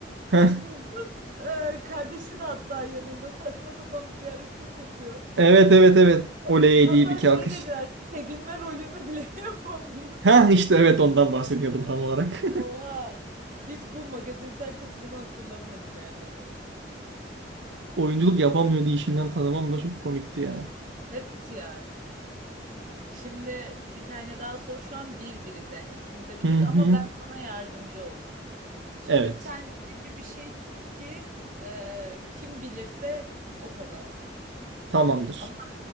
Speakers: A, on the right (about 75°); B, on the right (about 45°).
A: Heh,
B: E, dur. Ee, kardeşi de hatta yanında saçma sapan bir hareket yapıyor.
A: evet evet evet.
B: Hani
A: Oley
B: hatta
A: deyip iki alkış.
B: şey dediler sevinme rolünü bile <laughs> yapamıyor.
A: Heh işte evet ondan bahsediyordum tam olarak.
B: Oha. Hiç bu magazinsel kısmını hatırlamıyordum yani onun.
A: <laughs> Oyunculuk yapamıyor diye işinden tanımam da çok komikti ya.
B: Evet yani. Şimdi bir tane daha sor. Şu an bir biriz yani ikimiz de bildik
A: Hı hı.
B: ama ben sana yardımcı oldum. Şimdi
A: Evet.
B: sen öyle bir şey tut ki e, kim bilirse o kazansın.
A: Tamamdır.
B: Ama